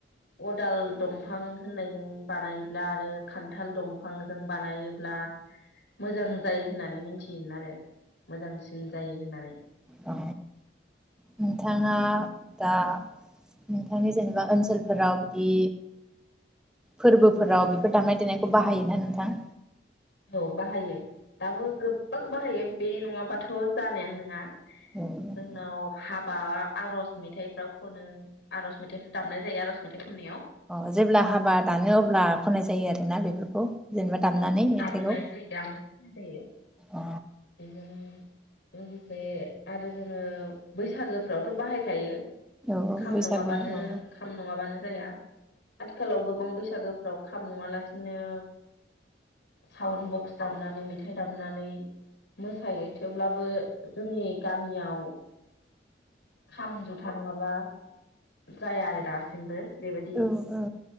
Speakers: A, on the left; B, in the centre.
A: अदाल दंफां होननायजों बानायोब्ला आरो खान्थाल दंफां जों बानायोब्ला मोजां जायो होननानै मिथियोमोन आरो। मोजांसिन जायो होननानै
B: अ नोंथाङा दा नोंथांनि जेनेबा ओनसोलफोराव बिदि फोरबोफोराव बेफोर दामनाय देनायखौ बाहायोना नोंथां?
A: औ बाहायो दाबो गोबां बाहायो बे नङाबाथ जानायानो नङा।
B: औ
A: जोंनाव हाबा आरज' मेथाइफ्राव खनो आरज' मेथाइ दामनाय जायो आरज' मेथाइ खननायाव।
B: अ जेब्ला हाबा दानो अब्ला खनाय जायो आरोना बेफोरखौ जेनेबा दामनानै
A: औ
B: मेथाइखौ
A: दामनाय जायो दामनाय होननाय जायो
B: औ
A: बिजों लोगोसे आरो जोङो बैसागोफ्रावथ बाहायखायो।
B: औ
A: खाम
B: बैसागु
A: नङाबानो
B: औ
A: खाम नङाबानो जाया आथिखालाव गोबां बैसागोफ्राव खाम नङालासिनो साउन बक्स दामनानै मेथाइ दामनानै मोसायो थेवब्लाबो जोंनि गामियाव खाम जथा नङाब्ला जाया आरो दासिमबो। बेबायदि
B: औ औ